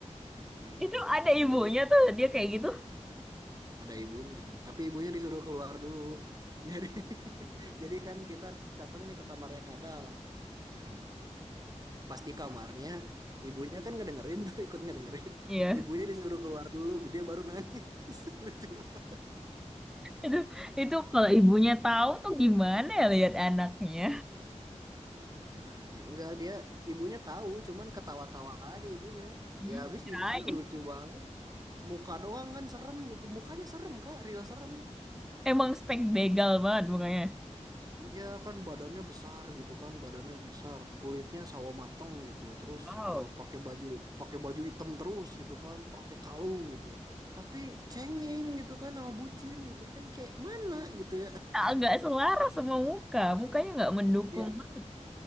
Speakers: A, on the right (about 30°); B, in the centre.
A: Gitu
B: Itu ada
A: katanya
B: ibunya
A: jadinya
B: tuh dia kayak gitu.
A: ada ibunya, tapi ibunya disuruh keluar dulu. <laughs> Jadi, jadi kan kita datang nih ke kamarnya Kadal. Nah, pas di kamarnya, ibunya kan ngedengerin tuh, ikut ngedengerin.
B: Iya.
A: Ibunya disuruh keluar dulu, dia baru nangis, <laughs> lucu banget.
B: Itu itu kalau ibunya tahu tuh gimana ya lihat anaknya.
A: Iya makanya enggak dia ibunya tahu cuman ketawa-tawa aja ibunya
B: Hmm,
A: ya habis
B: kirain.
A: gimana lucu banget muka doang kan serem gitu mukanya serem kak Rio serem
B: Emang spek begal banget mukanya.
A: ya kan badannya besar gitu kan badannya besar kulitnya sawo mateng gitu terus
B: Wow.
A: eh, pakai baju pakai baju hitam terus gitu kan pakai kalung gitu tapi cengeng gitu kan sama bucin gitu kan kayak mana gitu ya <laughs>
B: Agak selaras sama muka. Mukanya nggak mendukung.
A: Iya,
B: banget.